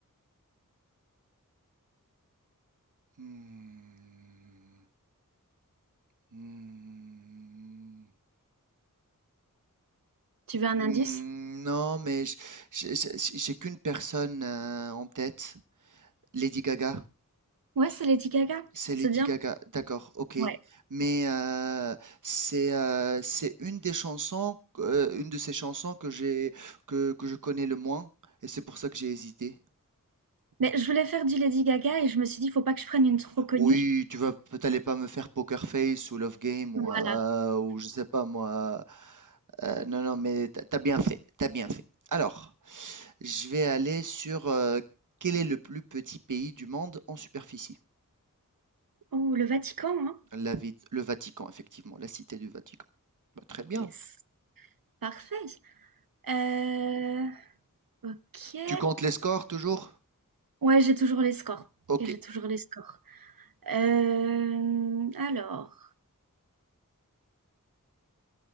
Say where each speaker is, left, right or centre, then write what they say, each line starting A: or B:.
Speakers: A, on the right (about 65°); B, on the right (about 85°).
A: Hmm. Hmm.
B: Tu veux un
A: Hmm.
B: indice?
A: Non, mais j- j- j- j'ai qu'une personne euh, en tête, Lady Gaga.
B: Ouais, c'est Lady Gaga.
A: C'est
B: C'est
A: Lady
B: bien.
A: Gaga, d'accord, ok.
B: Ouais.
A: Mais euh, c'est euh, c'est une des chansons, euh, une de ces chansons que j'ai que, que je connais le moins, et c'est pour ça que j'ai hésité.
B: Mais je voulais faire du Lady Gaga et je me suis dit, faut pas que je prenne une trop connue
A: Oui, tu vas, t'allais pas me faire Poker Face ou Love Game ou
B: Voilà.
A: euh, ou je sais pas moi. Euh, non, non, mais t'as t'as bien fait, t'as bien fait. Alors, je vais aller sur euh, quel est le plus petit pays du monde en superficie?
B: Oh, le Vatican, hein?
A: La, vi- le Vatican, effectivement, la cité du Vatican. Bah, très bien.
B: Yes. Parfait. Euh, ok.
A: Tu comptes les scores toujours?
B: Ouais, j'ai toujours les scores.
A: Ok,
B: Et J'ai toujours les scores. Euh, alors,